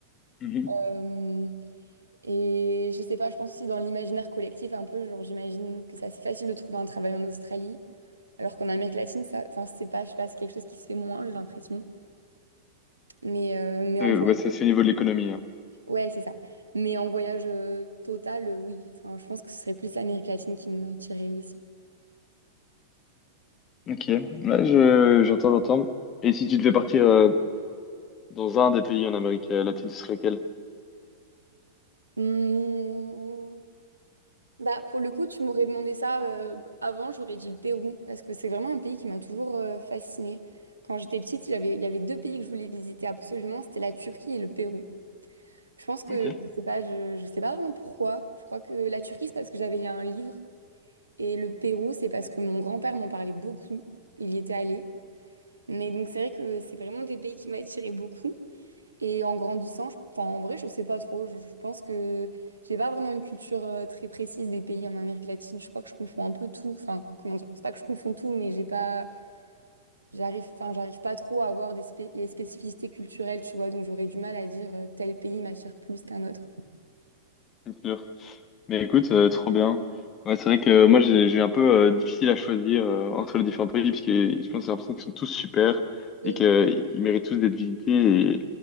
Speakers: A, on the left; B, on the right.
A: Mhm.
B: Euh, et je sais pas, je pense aussi dans l'imaginaire collectif un peu, genre, j'imagine que c'est assez facile de trouver un travail en Australie, alors qu'en Amérique latine, ça, enfin, c'est pas, je sais pas, c'est quelque chose qui se fait moins, j'ai l'impression. Mais, euh, mais en
A: Euh, ouais, ça, c'est au niveau de l'économie. hein.
B: Ouais, c'est ça. Mais en voyage euh, total, euh, oui. Enfin, je pense que ce serait plus l'Amérique latine qui m'attirait aussi.
A: Ok, ouais, je, j'entends, j'entends. Et si tu devais partir euh, dans un des pays en Amérique euh, latine, ce serait lequel?
B: Mmh. Bah, pour le coup, tu m'aurais demandé ça euh, avant, j'aurais dit le Pérou, parce que c'est vraiment un pays qui m'a toujours euh, fascinée. Quand j'étais petite, il y avait, il y avait deux pays que je voulais visiter absolument, c'était la Turquie et le Pérou. Je pense que,
A: Ok,
B: je sais pas, je, je sais pas vraiment pourquoi. Je crois que la Turquie, c'est parce que j'avais lu un livre, et le Pérou, c'est parce que mon grand-père m'en parlait beaucoup. Il y était allé. Mais donc, c'est vrai que c'est vraiment des pays qui m'attiraient beaucoup. Et en grandissant, je- enfin, en vrai, je sais pas trop. Je, je pense que j'ai pas vraiment une culture euh, très précise des pays en Amérique latine. Je crois que je confonds un peu tout. Enfin, comment dire? C'est pas que je confonds tout, mais j'ai pas, j'arrive, enfin, j'arrive pas trop à voir des spé- les spécificités culturelles, tu vois. Donc j'aurais du mal à dire euh, tel pays m'attire plus qu'un autre.
A: c'est sûr. Mais écoute, euh, trop bien. Ouais, c'est vrai que moi, j'ai, j'ai un peu euh, difficile à choisir euh, entre les différents pays, parce que je pense que j'ai l'impression qu'ils sont tous super
B: Mm,
A: et qu'ils méritent tous d'être visités et